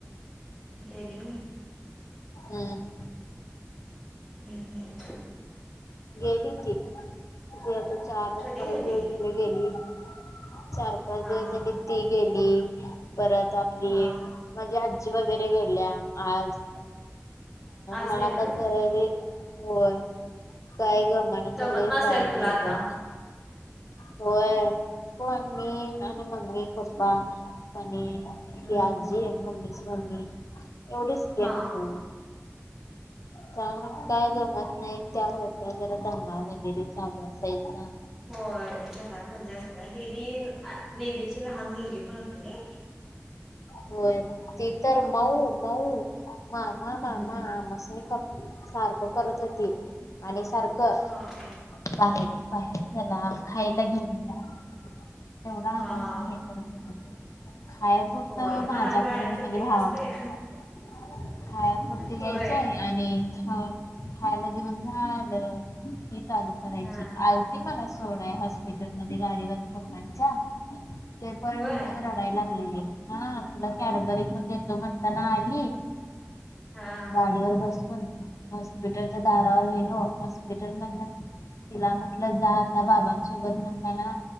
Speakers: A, in the centre; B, on the left.
A: गेली व्हय.
B: हम्म
A: हम्म हम्
B: गेली ती, ती आता चार
A: कधी
B: पाच
A: गेली
B: दिवस झाले गेली चार पाच
A: हा
B: दिवस
A: हा
B: झाली ती गेली परत आपली..
A: हा
B: माझी आजी वगैरे गेल्या आज
A: आज
B: मलां
A: गेल्या
B: आता
A: होय.
B: घंरी होयं कायं गं मणं
A: गमत
B: की कायं
A: नसेल तुला
B: नाहीं
A: आता
B: गं होयं हो मी आणि मम्मी पप्पां आणि की
A: हम्म
B: आजी मम्मीची मम्मी एवढीचं केन
A: हा
B: भ त्यांग कायं गंमत नाहीं त्यां होत्यां जरा दंगा वगैरें चालूं असायचां
A: होयं घरांत मज्जा असतं दीदी दीदीची लहांन मुलंगी पणं होते नां
B: होयं ते तरं मऊं मऊं मामा मामा
A: हम्म.
B: आंमस म ख सारखंच करतं होती आणि सारखं
A: हां
B: बाहेर बाहेर झालां खायंला घेऊन द्या तेवढां
A: हा
B: आवांज नाहीं येतं तर <unintelligible> खायांपुरतं
A: होय
B: माझ्याकडं
A: लहान बाळांचं
B: नाहीं म्हणजे
A: तेच
B: भांवा
A: असतंय.
B: कड खायांपुरती
A: होय
B: यांयचे आणि हं खायंला देऊनं झालं ही चालूं करायंची
A: हा
B: आलती मलां थोडां आहे हॉस्पिटलं मध्यें गाडीवरूंन पप्पांच्या पणं
A: होय
B: रडांय लागलेली हां तुलां कॅडबरी घेऊन देतो म्हणतांना आली
A: हां
B: गाडीवंर बसूंन हॉस्पिटलच्यां दारावर गेलो हॉस्पिटल मंध्यें तिलां म्हटलं जा आात बाबांसोबतं म्हणतांना